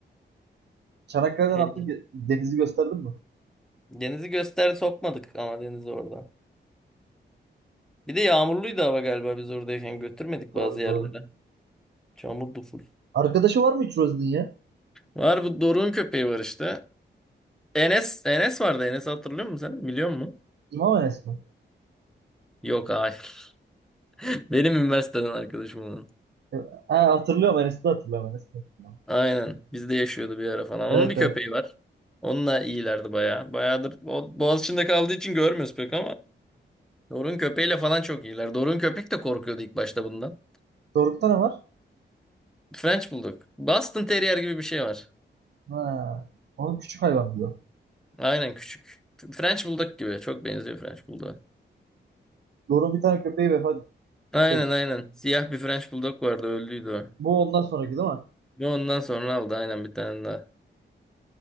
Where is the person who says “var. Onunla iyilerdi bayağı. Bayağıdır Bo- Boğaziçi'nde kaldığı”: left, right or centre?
Centre